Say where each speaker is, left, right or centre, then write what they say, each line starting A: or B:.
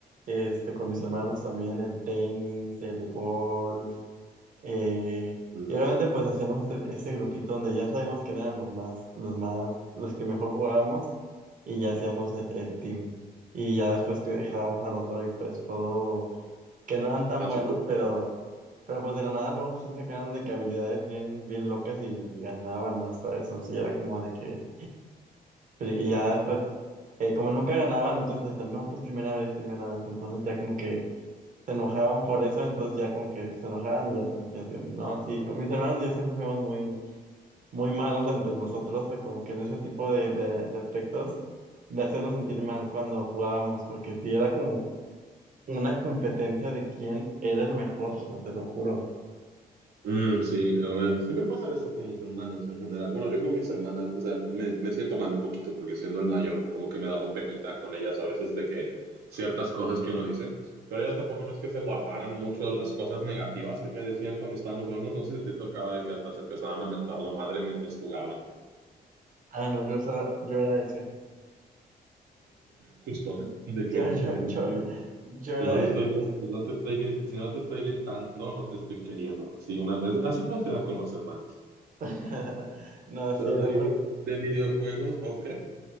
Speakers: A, on the right (about 55°); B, on the right (about 80°).
A: este, con mis hermanos también, el tenis, el golf, eh,
B: Mm,
A: y obviamente pues hacíamos este, este grupito donde ya sabíamos quién eran los más, los más, los que mejor jugábamos, y ya hacíamos el, el team. Y ya después que dejábamos al otro y pues todo, que no eran tan
B: a
A: buenos,
B: su suerte.
A: pero, pero pues de la nada luego sí sacaban de que habilidades bien, bien locas y ganaban hasta eso, sí era como de que, y ya después eh, como nunca ganaban, entonces decían, no, pues primera vez, primera vez. Entonces ya como que se enojaban por eso, entonces ya como que se enojaban y ya te sentías bien. No, sí, con mis hermanos y yo siempre fuimos muy, muy malos entre nosotros, de como que en ese tipo de, de, de aspectos, de hacernos sentir mal cuando jugábamos, porque sí era como una competencia de quién era el mejor, o sea, te lo juro.
B: Mm, sí, a ver, siempre pasa eso con los hermanos en general. Bueno, yo con mis hermanas, o sea, me, me siento mal un poquito porque siendo el mayor, como que me daba penita con ellas a veces de que ciertas cosas que uno dice, pero ellas tampoco no es que se guardaran mucho las cosas negativas que me decían cuando estábamos jugando, no sé si te tocaba de que hasta se empezaban a mentar la madre mientras jugaban,
A: Ah, no, yo, era- yo era ese.
B: justo,
A: <laughs>
B: de que
A: Yo, yo,
B: <laughs>
A: yo, yo era
B: si no le estoy,
A: este.
B: si no te estoy, gri- si no te estoy gritando, no te estoy queriendo. Así una vez, así funciona con los hermanos.
A: <laughs> No, sí,
B: Pero de,
A: otro
B: video- de videojuegos, ok.